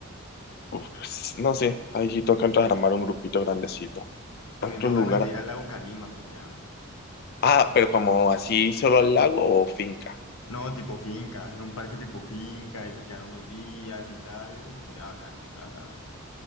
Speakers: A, on the left (about 45°); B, on the left (about 70°).
A: Uf, pues, no sé. Ahí sí toca entonces armar un grupito grandecito.
B: También
A: Otro
B: tengo
A: lugar.
B: ganas de ir al lago Calima, pillan.
A: Ah, pero como así solo al lago o finca.
B: No, tipo finca, hacer un parche tipo finca, irse a quedar unos días y tal, eh, sería bacano, la verdad.